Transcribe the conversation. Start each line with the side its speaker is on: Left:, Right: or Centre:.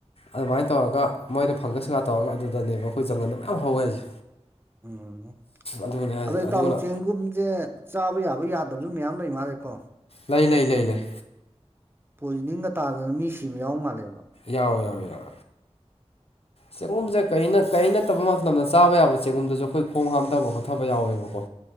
Left: ꯑꯗꯨꯃꯥꯏ ꯇꯧꯔꯒ ꯃꯣꯏꯅ ꯐꯪꯒꯁꯀ ꯇꯧꯔꯒ ꯑꯗꯨꯗꯅꯦꯕ ꯑꯈꯣꯏ ꯖꯒꯜꯗ ꯃꯌꯥꯝ ꯍꯧꯋꯦ ꯍꯥꯏꯁꯦ꯫
Right: ꯎꯝ
Left: ꯑꯗꯨꯅꯤ ꯍꯥꯏꯁꯦ
Right: ꯑꯗꯣ ꯏꯇꯥꯎ
Left: ꯑꯗꯨꯅ
Right: ꯆꯦꯡꯒꯨꯝꯁꯦ ꯆꯥꯕ ꯌꯥꯕ ꯌꯥꯗꯕꯁꯨ ꯃꯌꯥꯝ ꯂꯩ ꯃꯥꯜꯂꯦꯀꯣ꯫
Left: ꯂꯩ ꯂꯩ ꯂꯩ ꯂꯩ
Right: ꯄꯣꯏꯖꯅꯤꯡꯒ ꯇꯥꯗꯅ ꯃꯤ ꯁꯤꯕ ꯌꯥꯎ ꯃꯥꯜꯂꯦꯕ꯫
Left: ꯌꯥꯎ ꯌꯥꯎ ꯌꯥꯎ ꯆꯦꯡꯒꯨꯝꯁꯦ ꯀꯩꯅ ꯀꯩ ꯅꯠꯇꯕ ꯃꯇꯝꯗ ꯆꯥꯕ ꯌꯥꯕ ꯆꯦꯡꯒꯨꯝꯗꯁꯨ ꯈꯣꯏ ꯈꯣꯡ ꯍꯥꯝꯊꯕ ꯈꯣꯠꯊꯕ ꯌꯥꯎꯋꯦꯕꯀꯣ꯫